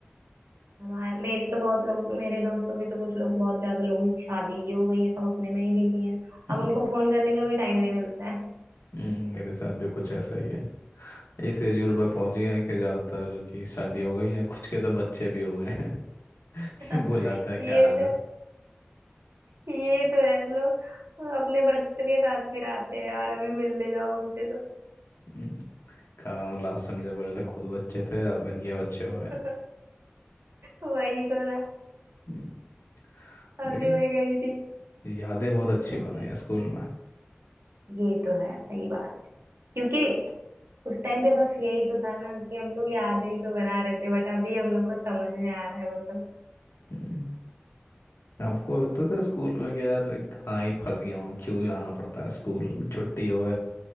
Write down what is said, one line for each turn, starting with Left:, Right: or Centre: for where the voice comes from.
Right: हमारे मेरी तो बहुत लोग मेरे दोस्तों की तो कुछ लोग बहुत ज्यादा लोगों की शादी ही हो गई है सब अपने में ही बिजी हैं
Left: <laughs>
Right: अब उनको फोन करने का भी टाइम नहीं मिलता है
Left: हम्म, मेरे साथ भी कुछ ऐसा ही है इस एज ग्रुप में पहुंच गए हैं कि ज्यादातर की शादी हो गई है कुछ के तो बच्चे भी हो गए हैं <laughs>
Right: <laughs>
Left: ये बुलाता है क्या
Right: ये
Left: आ जा
Right: तो ये तो है लोग अपने बच्चों के साथ भी रहते हैं यार अभी मिलने जाओ उनसे
Left: हम्म, काम लास्ट समझा बोला था खुद बच्चे थे अब इनके बच्चे हो
Right: तो
Left: रहे हैं
Right: <laughs> वही तो ना
Left: हम्म,
Right: अभी
Left: लेकिन
Right: मैं गई थी
Left: यादें बहुत अच्छी
Right: अब
Left: बनाई है स्कूल में
Right: ये तो है सही बात क्योंकि उस टाइम पे बस यही तो था ना कि हम लोग यादें ही तो बना रहे थे बट अभी हम लोग को समझ में आ रहा है वो सब
Left: हम्म, आपको लगता था स्कूल में कि यार कहाँ ही फंस गया हूँ क्यों ही आना पड़ता है स्कूल छुट्टी हो